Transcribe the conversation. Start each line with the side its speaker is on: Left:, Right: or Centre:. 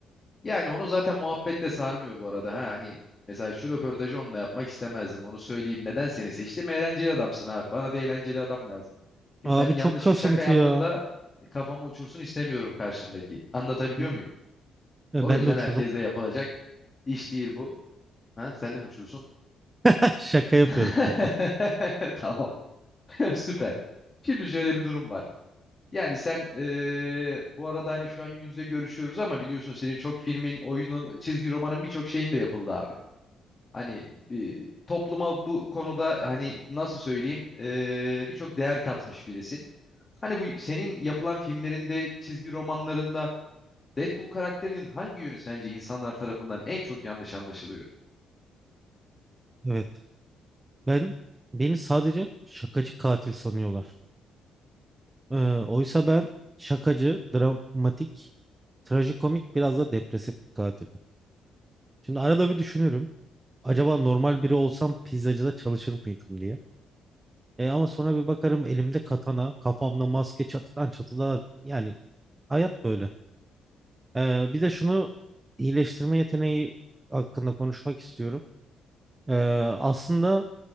Left: Yani onu zaten muhabbetle sarmıyor bu arada. Ha, hani mesela şu röportajı onunla yapmak istemezdim onu söyleyeyim. Neden seni seçtim? Eğlenceli adamsın abi. Bana da eğlenceli adam lazım. Şimdi
Right: Abi
Left: ben yanlış
Right: çok kasıntı
Left: bir şaka yaptığımda
Right: ya.
Left: kafamı uçursun istemiyorum karşımdaki. Anlatabiliyor
Right: Hı.
Left: muyum?
Right: Ya
Left: O
Right: ben
Left: yüzden
Right: de uçururum.
Left: herkes yapılacak iş değil bu. Ha, sen de mi uçursun?
Right: <laughs> Şaka yapıyorum
Left: <laughs>
Right: şaka.
Left: Tamam. <laughs> Süper. Şimdi şöyle bir durum var. Yani sen eee, bu arada hani şu an yüz yüze görüşüyoruz ama biliyorsun senin çok filmin, oyunun, çizgi romanın birçok şeyin de yapıldı abi. Hani e, topluma bu konuda hani nasıl söyleyeyim eee, birçok değer katmış birisin. Hani bu senin yapılan filmlerinde, çizgi romanlarında Deadpool karakterinin hangi yönü sence insanlar tarafından en çok yanlış anlaşılıyor?
Right: Evet. Ben beni sadece şakacı katil sanıyorlar. Ee, oysa ben şakacı, dramatik, trajikomik biraz da depresif bir katilim. Şimdi arada bir düşünürüm. Acaba normal biri olsam pizzacıda çalışır mıydım diye. E ama sonra bir bakarım elimde katana, kafamda maske çatıdan çatıda yani hayat böyle. Ee, bir de şunu iyileştirme yeteneği hakkında konuşmak istiyorum. Ee, aslında